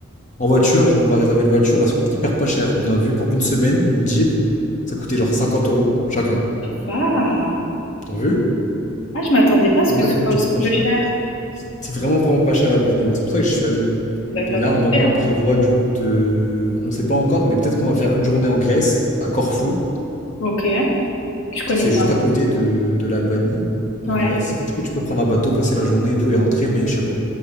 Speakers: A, on the left; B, on the left.
A: En voiture, je- on va réserver une voiture, là ça coûte hyper pas cher. On a vu pour une semaine, une Jeep, ça coûtait genre 50 euros chacun.
B: Ça va.
A: T'as vu?
B: Ah, je m'attendais pas à ce
A: Ah
B: que
A: ouais,
B: ce
A: les
B: soit
A: voitures,
B: aussi
A: c'est pas
B: peu
A: cher.
B: cher.
A: C'est vraiment, vraiment pas cher l'Albanie, ouais. C'est pour ça que j'y suis allé.
B: Bah, t'as
A: Et là,
B: bien
A: normalement,
B: fait, hein.
A: on prévoit du coup de. On sait pas encore, mais peut-être qu'on va faire une journée en Grèce, à Corfou,
B: Ok. Je connais
A: parce que c'est
B: pas.
A: juste à côté de, de l'Albanie, la
B: Ouais,
A: Grèce. Et du coup, tu peux prendre un bateau, passer la journée et tout et rentrer, mais je sais pas.